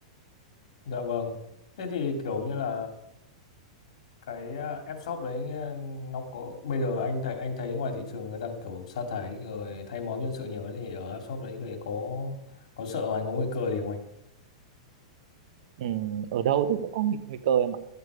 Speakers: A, on the left; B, on the right.
A: Dạ vâng. Thế thì kiểu như là cái à, app shop đấy à, nó có bây giờ anh thấy anh thấy ngoài thị trường người ta kiểu sa thải rồi thay máu nhân sự nhiều ấy, thì ở app shop đấy thì có có sợ không? anh có nguy cơ gì không anh
B: Ừm, ở đâu thì cũng có nguy, nguy cơ em ạ